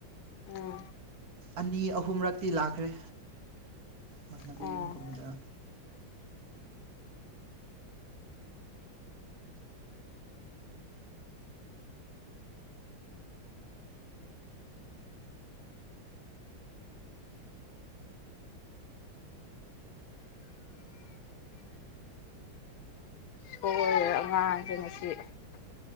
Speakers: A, on the left; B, on the right.
A: ꯎꯝ
B: ꯑꯅꯤ ꯑꯍꯨꯝꯔꯛꯇꯤ ꯂꯥꯛꯈ꯭ꯔꯦ ꯃꯥꯟꯅꯕ
A: ꯑꯣ
B: ꯌꯨꯝꯒꯨꯝꯕꯗ
A: ꯁꯣꯏꯔꯦ <unintelligible>